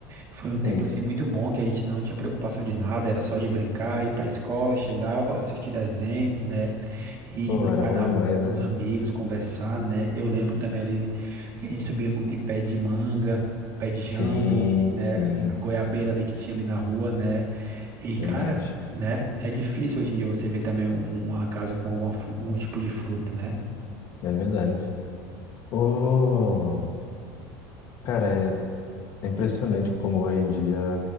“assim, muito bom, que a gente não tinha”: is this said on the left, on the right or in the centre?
Right